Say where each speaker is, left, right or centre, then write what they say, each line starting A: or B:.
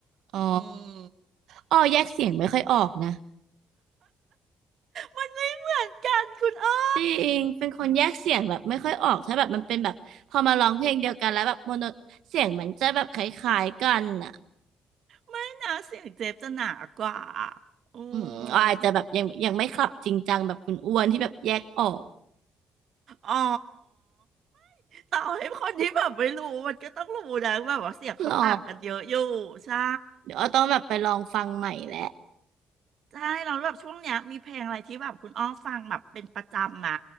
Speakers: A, on the right (about 80°); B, on the right (about 65°).
A: อ๋อ
B: อืม
A: อ๋อแยกเสียงไม่ค่อยออกนะ
B: มันไม่เหมือนกันคุณอ้อ
A: จริงเป็นคนแยกเสียงแบบไม่ค่อยออกถ้าแบบมันเป็นแบบพอมาร้องเพลงเดียวกันแล้วแบบโมโนเสียงมันจะแบบคล้ายๆกันอ่ะ
B: ไม่นะเสียงเจฟจะหนากว่าอื
A: อืมอาจจะแบบยังยังไม่คลับจริงจังแบบคุณอ้วนที่แบบแยกออก
B: มอ๋อ ต่อให้คนที่แบบไม่รู้ มันก็ต้องรู้นะ แบบว่าเสียงเขาต่างกันเยอะอยู่
A: หรอ
B: ใช่
A: เดี๋ยวเอต้องแบบไปลองฟังใหม่แล้ว
B: ใช่ เราแล้วแบบช่วงเนี้ยมีเพลงอะไรที่แบบคุณอ้อฟังแบบเป็นประจำมา